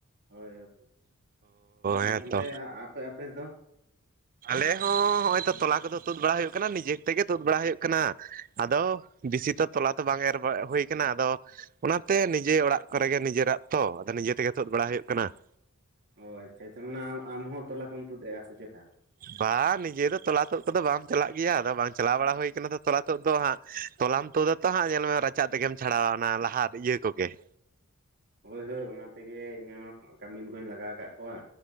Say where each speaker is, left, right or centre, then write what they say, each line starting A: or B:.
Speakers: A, on the right; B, on the right.
A: ᱦᱳᱭ ᱦᱳ ᱟᱨ
B: ᱦᱮᱸᱛᱚ
A: ᱚᱱᱛᱮ ᱟᱯᱮ-ᱟᱯᱮ ᱥ ᱫᱚ?
B: ᱟᱞᱮ ᱦᱚᱸ ᱚᱜᱼᱚᱭ ᱛᱚ ᱛᱚᱞᱟ ᱠᱚᱫᱚ ᱛᱳᱫ ᱵᱟᱲᱟ ᱦᱳᱭᱳᱜ ᱠᱟᱱᱟ ᱱᱤᱡᱮ ᱛᱮᱜᱮ ᱛᱳᱫ ᱵᱟᱲᱟ ᱦᱳᱭᱳᱜ ᱠᱟᱱᱟ ᱾ ᱟᱫᱚ ᱵᱤᱥᱤ ᱛᱚ ᱛᱚᱞᱟ ᱛᱚ ᱵᱟᱝ ᱮᱨ ᱵᱟᱦ ᱦᱳᱭ ᱠᱟᱱᱟ ᱟᱫᱚ ᱚᱱᱟᱛᱮ ᱱᱤᱡᱮᱹ ᱚᱲᱟᱜ ᱠᱚᱨᱮᱜᱮ ᱱᱤᱡᱮᱹᱨᱟᱜ ᱛᱚ ᱟᱫᱚ ᱱᱤᱡᱮᱹ ᱛᱮᱜᱮ ᱛᱳᱫ ᱵᱟᱲᱟ ᱦᱳᱭᱳᱜ ᱠᱟᱱᱟ ᱾
A: ᱦᱚᱭ ᱟᱪ-ᱪᱷᱟ ᱟᱪ-ᱪᱷᱟ, ᱢᱟᱱᱮ ᱟᱢ ᱟᱢ ᱦᱚᱸ ᱛᱚᱞᱟ ᱠᱚᱢ ᱛᱳᱫᱽ ᱮᱜ ᱟ ᱥᱮ ᱪᱮᱛᱟ?
B: ᱵᱟᱝ ᱱᱤᱡᱮ ᱫᱚ ᱛᱚᱞᱟ ᱛᱳᱫ ᱠᱚᱫᱚ ᱵᱟᱢ ᱪᱟᱞᱟᱜ ᱜᱮᱭᱟ ᱟᱫᱚ ᱵᱟᱝ ᱪᱟᱞᱟᱣ ᱵᱟᱲᱟ ᱦᱯᱭ ᱠᱟᱱᱟ ᱛᱚᱞᱟ ᱛᱳᱫ ᱫᱚ ᱦᱟᱸᱜ ᱛᱚᱞᱟᱢ ᱛᱳᱫᱟ ᱦᱟᱸᱜ ᱧᱮᱞ ᱢᱮ ᱨᱟᱪᱟᱜ ᱛᱮᱜᱮᱢ ᱪᱷᱟᱲᱟᱣᱟ ᱚᱱᱟ ᱞᱟᱦᱟ ᱤᱭᱟᱹ ᱠᱚᱜᱮ ᱾
A: ᱦᱳᱭ ᱦᱳᱭ ᱚᱱᱟ ᱛᱮᱜᱮ ᱤᱧᱦᱚᱸ ᱠᱟᱢᱤᱱ ᱠᱚᱧ ᱞᱟᱜᱟᱣ ᱟᱠᱟᱫ ᱠᱚᱣᱟ